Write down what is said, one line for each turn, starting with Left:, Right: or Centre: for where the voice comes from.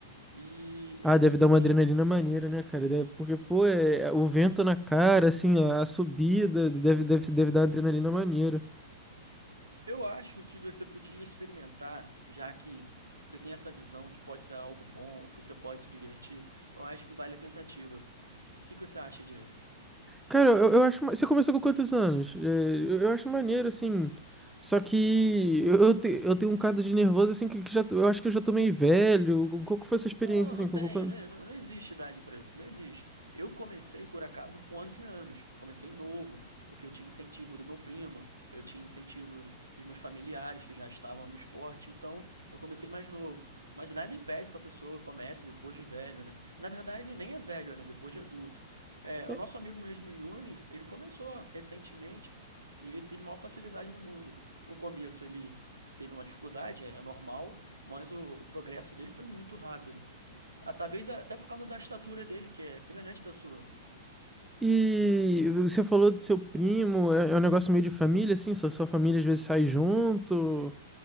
Right: E,
Centre: Ah,
Right: eu-
Centre: deve dar
Right: e
Centre: uma adrenalina maneira, né, cara? Deve- porque, pô, é, é o vento na cara, assim, a, a subida, deve, deve, deve dar uma adrenalina maneira.
Right: eu acho que você podia experimentar, já que você tem essa visão que pode ser algo bom, que você pode se divertir. Eu acho que vale a tentativa. O que que você acha disso?
Centre: Cara, eu, eu acho. ma- Você começou com quantos anos? É, eu, eu acho maneiro, assim. Só que eu, eu, te- eu tenho um caso de nervoso, assim, que, que já, eu acho que eu já tô meio velho. Qual que foi a sua experiência,
Right: Não, não
Centre: assim? com-
Right: tenho,
Centre: com-
Right: não, não não existe idade para isso, não existe. Eu comecei, por acaso, com 11 anos, comecei novo, porque eu tinha incentivo do meu primo, eu tinha incentivo do- dos meus familiares que já estavam no esporte, então eu comecei mais novo. Mas nada impede que a pessoa comece depois de velho, né? Na verdade, nem é velho, né? Depois de adulto. É,
Centre: é,
Right: o nosso amigo mesmo, Yunis, ele começou recentemente e ele teve a maior facilidade do mundo. No começo ele teve uma dificuldade, é, é normal, mas o o progresso dele foi muito rápido. Ah, Talvez até por causa da estatura dele, que é semelhante da sua.
Centre: E você falou do seu primo, é, é um negócio meio de família, assim? Sua, sua família às vezes sai junto.